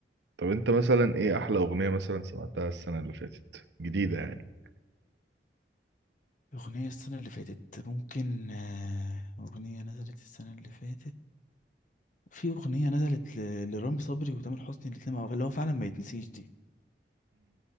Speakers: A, on the right; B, on the left.
A: طب أنت مثلا إيه أحلى أغنية مثلا سمعتها السنة اللي فاتت جديدة يعني
B: أغنية السنة اللي فاتت ممكن آه، أغنية نزلت السنة اللي فاتت في أغنية نزلت ل- لرامي صبري وتامر حسني الاتنين مع بعض، اللي هو فعلا ما يتنسيش دي